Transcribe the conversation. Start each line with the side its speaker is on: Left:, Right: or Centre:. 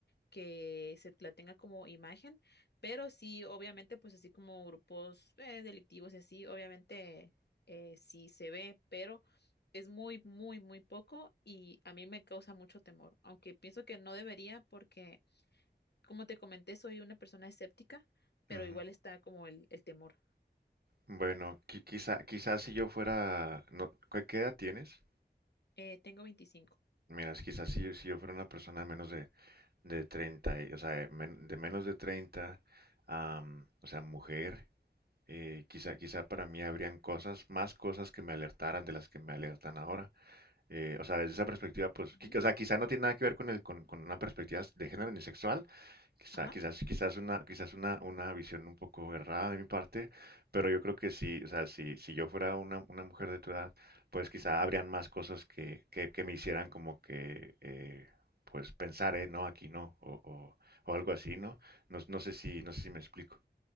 Left: que se la tenga como imagen, pero sí, obviamente, pues así como grupos eh, delictivos y así, obviamente eh, sí se ve, pero es muy, muy, muy poco y a mí me causa mucho temor, aunque pienso que no debería porque, como te comenté, soy una persona escéptica, pero
Right: ujú.
Left: igual está como el, el temor.
Right: Bueno, qui- quizá, quizás si yo fuera, no, ¿qué qué edad tienes?
Left: Eh, tengo 25.
Right: Miras, quizás si, yo- si yo fuera una persona menos de, de 30, y- o sea, de men- de menos de 30, am, o sea, mujer, eh, quizá, quizá para mí habrían cosas, más cosas que me alertaran de las que me alertan ahora. Eh, o sea, desde esa perspectiva, pues,
Left: Ujú.
Right: qui- o sea, quizá no tiene nada que ver con el, con, con una perspectiva de género ni sexual, Quizá-
Left: Ajá.
Right: quizás, quizás una, quizás una, una visión un poco errada de mi parte, pero yo creo que sí, o sea, si, si yo fuera una, una mujer de tu edad, pues quizá habrían más cosas que, que, que me hicieran como que, eh, pues pensar, eh, no, aquí no, o, o, o algo así, ¿no? No, no sé si, no sé si me explico.